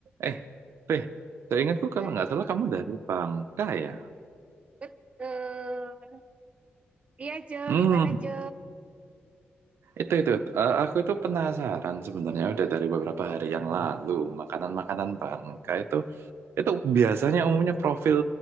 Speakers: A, on the right (about 80°); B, on the right (about 30°).
A: Eh, Fe, seingatku
B: Hal-
A: kalau nggak salah kamu dari Bangka ya?
B: Betul. Iya, Jo.
A: Hmm,
B: Gimana, Jo?
A: itu itu. Eh, aku itu penasaran sebenarnya udah dari beberapa hari yang lalu makanan-makanan Bangka itu itu biasanya umumnya profil